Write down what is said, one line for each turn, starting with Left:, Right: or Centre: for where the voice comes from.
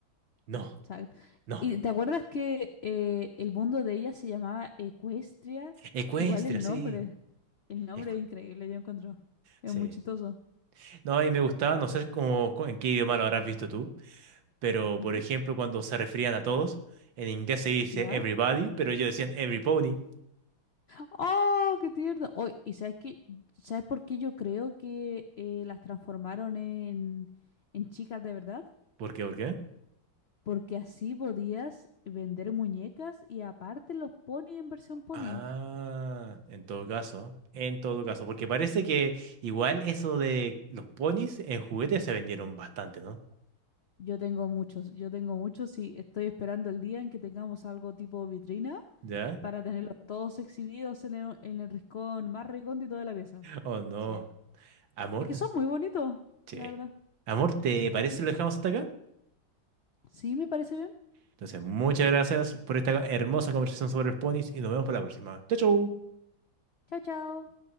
Right: no,
Left: Exacto.
Right: no.
Left: ¿Y te acuerdas que eh, el mundo de ella se llamaba Ecuestria?
Right: Ecuestria,
Left: Igual el
Right: sí.
Left: nombre. El nombre
Right: ecu-
Left: es increíble, yo encuentro. Es
Right: sí.
Left: muy chistoso.
Right: No, y me gustaba, no sé cómo, co- en qué idioma lo habrás visto tú. Pero,
Left: Ujú.
Right: por ejemplo, cuando se referían a todos, en inglés se dice
Left: ¿Ya?
Right: everybody, pero ellos decían every pony.
Left: ¡Oh, qué tierno! Oh, ¿y sabes qué? ¿Sabes por qué yo creo que eh, las transformaron en, en chicas de verdad?
Right: ¿Por qué? ¿Por qué?
Left: Porque así podías vender muñecas y aparte los ponis en versión pony.
Right: Ah, en todo caso, en todo caso, porque parece que igual eso de los ponis en juguetes se vendieron bastante, ¿no?
Left: Yo tengo muchos, yo tengo muchos y estoy esperando el día en que tengamos algo tipo vitrina
Right: ¿Ya?
Left: para tenerlos todos exhibidos en el, en el rincón más recóndito de la pieza.
Right: Oh, no.
Left: Sí.
Right: Amor,
Left: Y que son muy bonitos,
Right: che.
Left: la verdad.
Right: Amor, ¿te parece
Left: Ujú.
Right: si lo dejamos hasta acá?
Left: Sí, me parece bien.
Right: Entonces, muchas gracias por esta hermosa conversación sobre los ponis y nos vemos para la próxima. Chau, chau.
Left: Chao, chao.